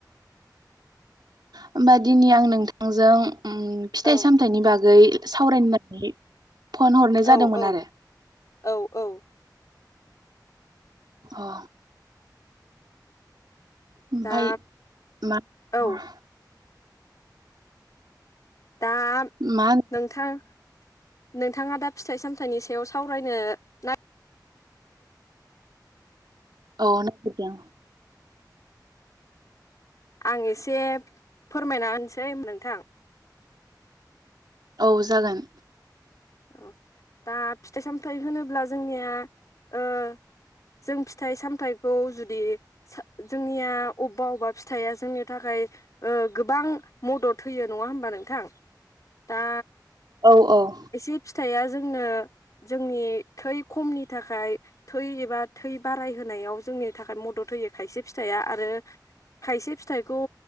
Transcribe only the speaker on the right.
होमबा दिनै आं नोंथांजों ओम फिथाइ-सामथाइनि
बागै सावरायनो मोननानै <inaudible> फन हरनाय जादोंमोन
आरो
अ ओमफाय
मा
<inaudible>
मा होनो
औ नागिरदों।
औ जागोन।
औ औ